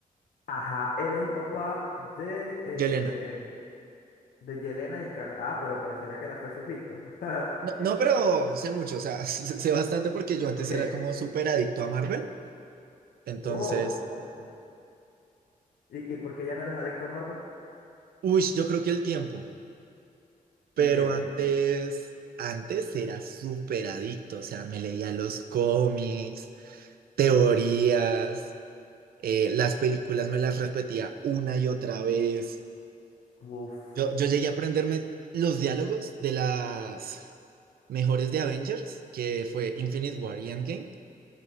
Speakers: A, on the left; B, on the right.
A: Ajá, él es el papá de, eh,
B: Yelena.
A: de Yelena y Scar. Ah, pero pareciera que la fueses visto. <laughs>
B: No, no, pero sé mucho, o sea, <laughs> sé bastante porque yo antes
A: Ok.
B: era como súper adicto a Marvel. Entonces,
A: Oh, interesante. ¿Y, y por qué ya no eres adicto a Marvel?
B: uy, yo creo que el tiempo, pero
A: Entiendo.
B: antes, antes era súper adicto, o sea, me leía los cómics, teorías, eh, las películas me las repetía una y otra vez.
A: Uf,
B: Yo, yo llegué a aprenderme los diálogos de las mejores de Avengers, que fue Infinite War y Endgame.